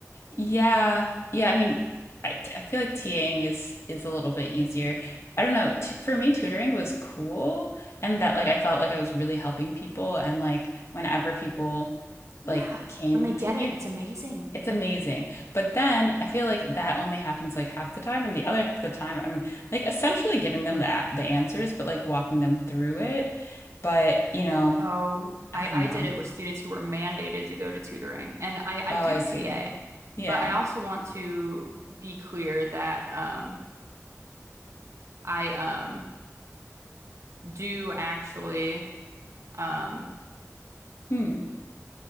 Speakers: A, on the left; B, on the right.
A: Yeah. Yeah, I mean I, t- I feel like TAing is is a little bit easier. I don't know. T for me, tutoring was cool, and that like I felt like I was really helping people, and like whenever people like
B: Yeah,
A: came
B: when they get
A: to me
B: it, it's amazing.
A: It's amazing. But then I feel like that only happens like half the time, and the other half of the time I'm like essentially giving them the a- the answers, but like walking them through it. But, you know,
B: Oh, I,
A: I don't know.
B: I did it with students who were mandated to go to tutoring, and I, I
A: Oh,
B: do
A: I see.
B: TA,
A: Yeah.
B: but I also want to be clear that um, I um, do actually. Um,
A: Hmm.